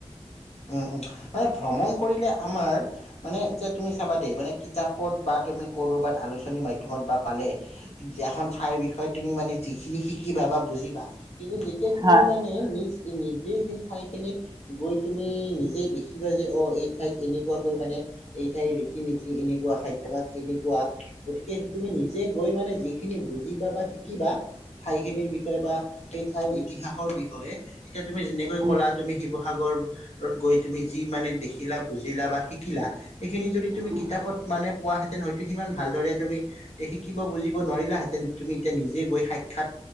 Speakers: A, on the left; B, on the right.
A: উম, উম মানে ভ্ৰমণ কৰিলে আমাৰ মানে যে তুমি চাবা দেই মানে কিতাপত বা তুমি কৰোবাত আলোচনী মাধ্যমত বা পালে এখন ঠাইৰ বিষয়ে তুমি মানে যিখিনি শিকিবা বা বুজিবা কিন্তু তুমি
B: হয়
A: মানে নিজে, নিজে সেই ঠাই খিনিত গৈ তুমি নিজে দেখিবা যে অ' এই ঠাইত এনেকুৱাকৈ মানে এই ঠাইৰ ৰীতি নীতি এনেকুৱা খাদ্যভাস এনেকুৱা গতিকে তুমি নিজে গৈ মানে যি সেইখিনি বুজিবা বা শিকিবা ঠাই খিনিৰ বিষয়ে বা সেই ঠাইৰ ইতিহাসৰ বিষয়ে। এতিয়া তুমি যেনেকৈ
B: উম,
A: কলা তুমি শিৱসাগৰ গৈ তুমি যি মানে দেখিলা বুজিলা বা শিকিলা সেইখিনি যদি তুমি
B: উম,
A: কিতাপত মানে পোৱাহেঁতেন হয়তো সিমান ভালদৰে তুমি এ শিকিব বুজিব নোৱাৰিলা হেঁতেন তুমি এতিয়া নিজে গৈ সাক্ষাৎ